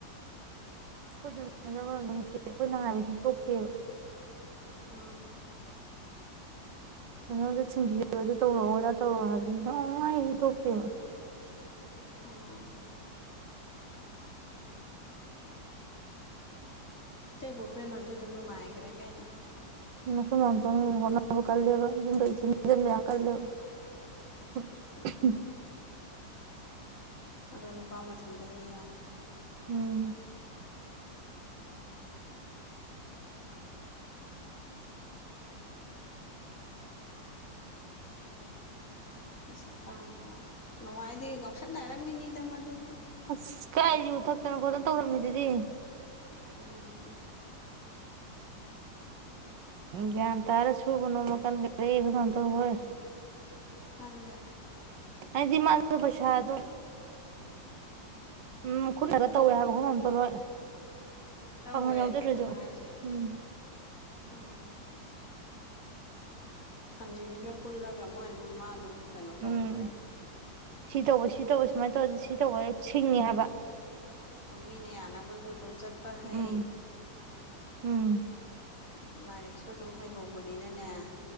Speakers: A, on the right (about 80°); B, on the left (about 45°).
A: ꯑꯩꯈꯣꯏꯗ ꯅ ꯃꯔꯣꯝꯗ ꯅꯨꯡꯁꯤ ꯑꯩꯈꯣꯏꯅ ꯍꯥꯏꯕꯕꯁꯤ ꯀꯣꯛꯇꯦꯕ
B: ꯑꯥ
A: ꯅꯉꯣꯟꯗ ꯊꯤꯟꯕꯤꯔ ꯑꯗꯨꯣ ꯇꯧꯔꯛꯑꯣ ꯑꯗꯥ ꯇꯧꯔꯑꯣ ꯍꯥꯏꯕꯗꯤ ꯅꯣꯡꯃꯇ ꯍꯦꯛ ꯍꯤꯛꯇꯣꯛꯇꯦꯕ
B: ꯑꯣ ꯇꯩ ꯕꯣꯄꯦꯜ ꯍꯣꯏꯁꯨ ꯑꯗꯨꯝ ꯅꯨꯉꯥꯏꯈ꯭ꯔꯦ ꯀꯩꯑꯣ
A: <unintelligible> <unintelligible> <unintelligible>
B: ꯎꯝ ꯑꯗꯣ ꯅꯨꯄꯥ ꯃꯊꯟꯇꯅꯦ ꯌꯦꯡꯣ
A: ꯎꯝ
B: ꯄꯩꯁꯥ ꯇꯥꯟꯕ꯭ꯔꯥ ꯅ ꯍꯥꯏꯥꯏꯗꯤ ꯉꯥꯎꯁꯠꯅꯔꯝꯃꯤꯅꯤꯗ ꯃꯗꯨꯁꯨ
A: ꯑ ꯀꯥꯏ ꯌꯨ ꯊꯛꯇꯅ ꯈꯣꯠꯇꯅ ꯇꯧꯔꯝꯃꯤꯗꯨꯗꯤ
B: ꯑꯣ
A: ꯒꯌꯥꯟ ꯇꯥꯔ ꯁꯨꯕ ꯅꯣꯝꯕ ꯀꯟꯒꯔꯦ ꯑꯩꯈꯣꯏ ꯃꯥꯝꯇꯣꯟ ꯍꯣꯏ
B: ꯀꯟꯒꯔꯦ
A: ꯍꯥꯏꯗꯤ ꯃꯥꯗꯤ ꯄꯩꯁꯥꯗꯣ ꯎꯝ ꯈꯨꯠꯅꯒ ꯇꯧꯋꯦ ꯍꯥꯏꯕ ꯈꯣꯏ ꯃꯥꯝꯇꯣꯟ ꯍꯣꯏ
B: ꯇꯧꯋꯦ
A: ꯄꯥꯡꯒꯜ ꯌꯥꯎꯖꯗ꯭ꯔꯁꯨ
B: ꯑꯗꯨꯅꯦ ꯍꯥꯏꯁꯦ
A: ꯎꯝ
B: ꯎꯝ ꯑꯟꯖꯤꯟꯒ ꯄꯨꯜꯂꯒ ꯃꯣꯏ ꯑꯗꯨꯝ ꯃꯥ ꯑꯗꯨꯝ ꯀꯩꯅꯣ
A: ꯎꯝ
B: ꯇꯧꯔꯦ ꯀꯥꯏ
A: ꯁꯤ ꯇꯧꯕꯁꯤ ꯁꯤ ꯇꯧꯕ ꯁꯨꯃꯥꯏꯅ ꯇꯧꯔꯗꯤ ꯁꯤ ꯇꯧꯕ ꯁꯤꯡꯉꯤ ꯍꯥꯏꯕ
B: ꯃꯤꯅꯌꯥꯅꯕꯖꯨ ꯑꯗꯨꯝ ꯆꯠ ꯄ ꯍꯩ
A: ꯎꯝ ꯎꯝ
B: ꯑꯗꯨꯝ ꯂꯥꯏꯔꯤꯛꯁꯨ ꯑꯗꯨꯝ ꯍꯩꯍꯧꯕꯅꯤꯅꯅꯦ